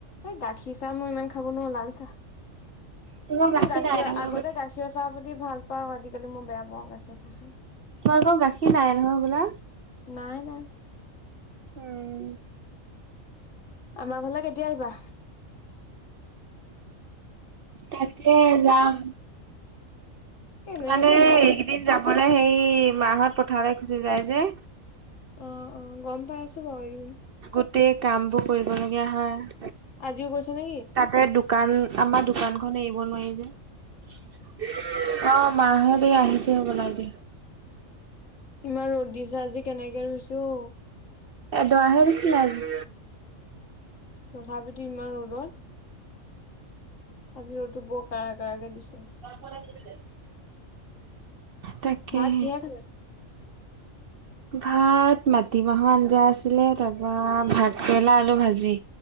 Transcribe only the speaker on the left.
এই গাখীৰ চাহ মই ইমান খাব নোৱাৰ লাল চাহ,
মোৰ গাখীঅ
আগতে
গাখী অ চাহ প্ৰতি ভাল। পাওঁ আজিকালি মই বেয়া পাওঁ গাখীঅ চাহ।
নাই নাই
আমা ঘৰলে কেতিয়া আহিবা?
এনেহে
কৈছো বাৰু
তুমি
অ -অ গম পাই আছো বাৰু এই
আজিও গৈছে নেকি?
ইমান ৰ'দ দিছে আজি কেনেকে ৰুইছ অ?
তথাপিতো ইমান ৰ'দত, আজি ৰ'দটো বৰ ক কাৰাকে দিছে।
ভাত কিহে খালে?